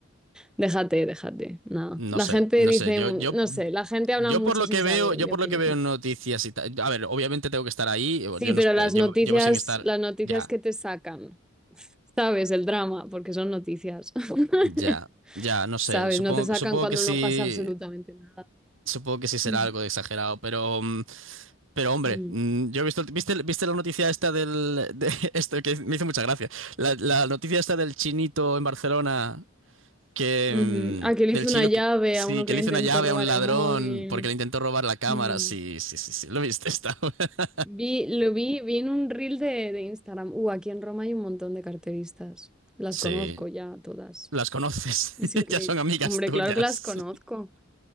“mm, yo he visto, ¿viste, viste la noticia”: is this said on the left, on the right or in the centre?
Right